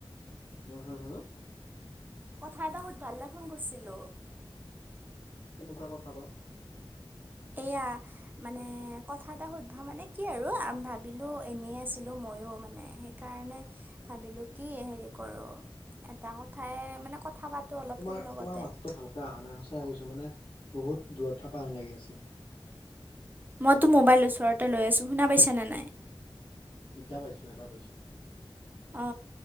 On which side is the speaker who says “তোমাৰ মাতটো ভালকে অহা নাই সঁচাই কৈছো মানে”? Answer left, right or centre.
Left